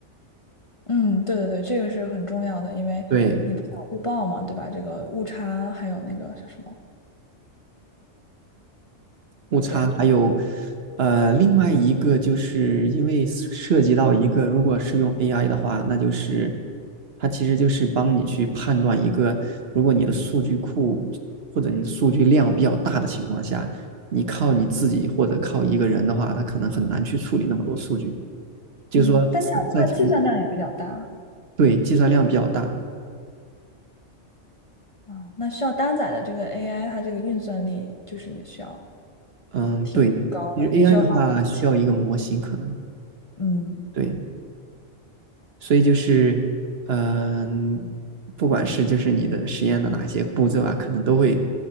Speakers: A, on the left; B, on the right.
A: 嗯，对对对，这个是很重要的，因为你不想误报嘛，
B: 对，
A: 对吧？这个误差还有那个叫什么？
B: 误差，
A: 对，
B: 还有呃，另外一个就是因为涉及到一个，如果是用 AI 的话，那就是它其实就是帮你去判断一个，如果你的数据库或者你的数据量比较大的情况下，你靠你自己或者靠一个人的话，他可能很难去处理那么多数据，就是说在在提
A: 嗯，但这样的话计算量也比较大
B: 对计算量比较大，
A: 啊，那需要搭载的这个 AI，它这个运算力就是也需要
B: 嗯，对，
A: 挺高的，
B: 其实 AI
A: 也需要花挺多钱。
B: 的话需要一个模型可能。
A: 嗯，
B: 对。所以就是，嗯、不管是就是你的实验的哪些步骤啊，可能都会